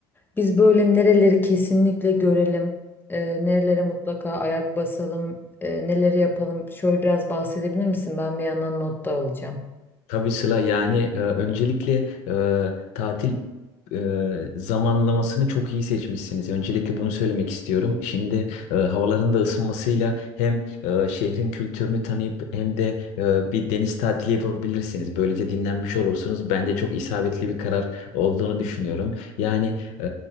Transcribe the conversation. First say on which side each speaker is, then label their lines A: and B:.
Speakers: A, on the left (about 15°); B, on the left (about 70°).
A: Biz böyle nereleri kesinlikle görelim, e, nerelere mutlaka ayak basalım, e, neleri yapalım şöyle biraz bahsedebilir misin? Ben bir yandan not da alacağım.
B: Tabii Sıla yani e, öncelikle e, tatil e, zamanlamasını çok iyi seçmişsiniz. Öncelikle bunu söylemek istiyorum. Şimdi e, havaların da ısınmasıyla hem e, şehrin kültürünü tanıyıp hem de e, bir deniz tatili yapabilirsiniz. Böylece dinlenmiş olursunuz. Bence çok isabetli bir karar olduğunu düşünüyorum. Yani e,